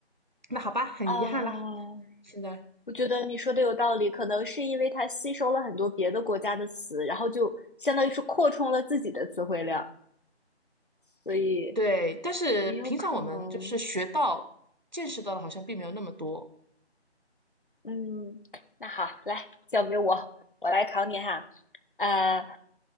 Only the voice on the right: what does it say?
那好吧，很遗憾啦，
现在
对，但是平常我们就是学到、
见识到的，好像并没有那么多。